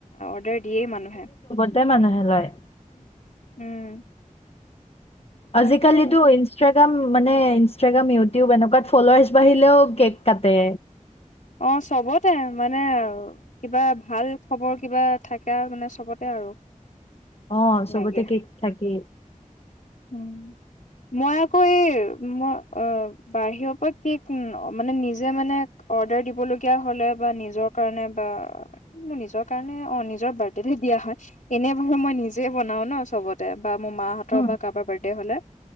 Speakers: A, on the left; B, on the left.
A: অৰ্ডাৰ দিয়েই মানুহে
B: গোতে মানুহে লয়
A: উম তাকে
B: আজিকালিতো ইনষ্ট মানে ইনষ্টাগ্ৰাম ইউটিউব এনেকুৱাত ফলোৱাছ বাঢ়িলেও কেক কাটে
A: অ চবতে মানে কিবা ভাল খবৰ কিবা থাকা মানে চবতে আৰু
B: আহ চবতে
A: লাগে
B: কেক থাকে
A: উম মই আকৌ এই মই অ বাহিৰৰ পৰা কি মানে নিজে মানে অৰ্ডাৰ দিবলগীয়া হলে বা নিজৰ কাৰণে বা মোৰ নিজৰ কাৰণে অ নিজৰ বাৰ্থডে দিয়া হয় এনে বাৰু মই নিজে বনাও ন চবতে বা মোৰ মাহঁতৰ
B: উম,
A: বা কাৰোবাৰ বাৰ্থডে হ'লে